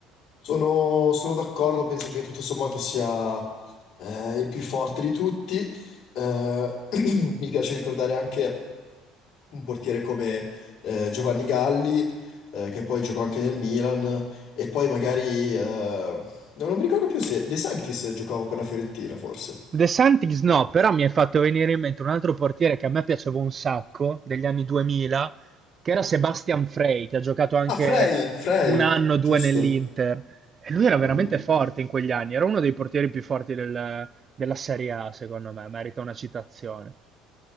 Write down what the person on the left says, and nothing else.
Sono, sono d'accordo, penso che tutto sommato sia eh, il più forte di tutti. Eh, <clears throat> mi piace ricordare anche un portiere come eh, Giovanni Galli, eh, che poi giocò anche nel Milan, e poi magari... eh, no, non mi ricordo più se De Sanctis giocava per la Fiorentina, forse.
Ah, Frey, Frey,
giusto.
Mm,
mm.